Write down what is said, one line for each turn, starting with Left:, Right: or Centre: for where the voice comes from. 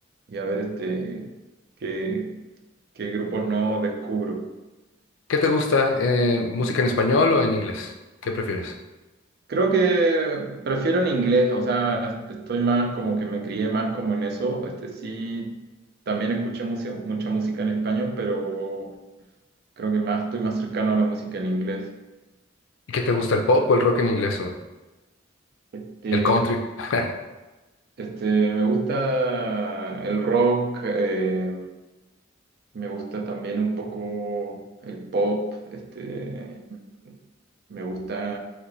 Right: y a ver este, qué, qué grupos no descubro.
Left: ¿Qué te gusta? Eh, ¿música en español o en inglés? ¿Qué prefieres?
Right: Creo que prefiero en inglés, o sea, estoy más como que me crié más como en eso. Este sí, también escuché mucha, mucha música en español, pero creo que más estoy más cercano a la música en inglés.
Left: ¿Y qué te gusta, el pop o el rock en inglés o
Right: Este,
Left: el country? <laughs>
Right: este, me gusta el rock, eh, me gusta también un poco el pop, este, me gusta